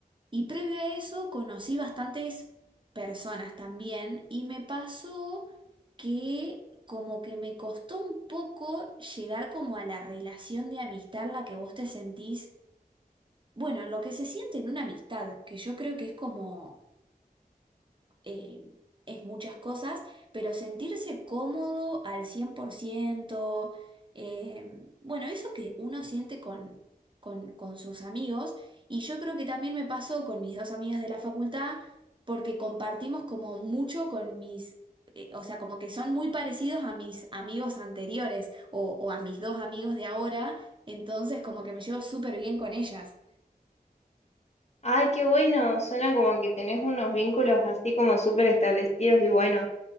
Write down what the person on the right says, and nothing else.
y previo a eso conocí bastantes personas también y me pasó que como que me costó un poco llegar como a la relación de amistad en la que vos te sentís, bueno, lo que se siente en una amistad, que yo creo que es como eh, es muchas cosas, pero sentirse cómodo al 100%, eh, bueno, eso que uno siente con, con, con sus amigos, y yo creo que también me pasó con mis dos amigas de la facultad, porque compartimos como mucho con mis... eh, O sea, como que son muy parecidos a mis amigos anteriores o, o a mis dos amigos de ahora, entonces como que me llevo súper bien con ellas.